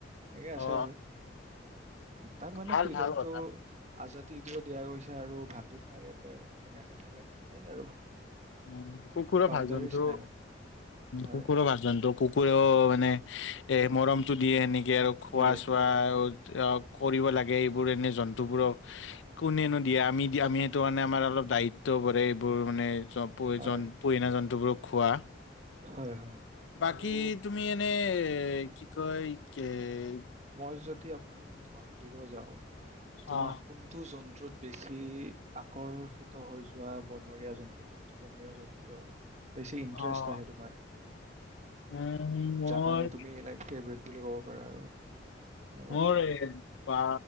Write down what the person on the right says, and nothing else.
এনেকে
আছে
আৰু, তাত মানে
ফ্ৰীডমটো
আজাদিটোও দিয়া গৈছে আৰু ভাতো খাই ইয়াতে ধুনীয়াকে থাকে, সেই আৰু।
বাউণ্ডাৰীজ
নাই মানে হয়
দিয়ে
দিয়ে দিয়ে
হয়
হয় হয়
আৰু
মই যদি আপু তোমাক সুধিব যাওঁ, তোমাৰ
কোন- টোত জন্তুত বেছি আকৰ্ষিত হৈ যোৱা বনৰীয়া জন্তু? কোনটো বনৰীয়া জন্তুৰ পৰা বেছি ইন্টাৰেষ্ট
আহে, তোমাৰ?
যাক মানে তুমি এনে ফেভৰেট বুলি ক'ব পাৰা আৰু। সেনেকুৱা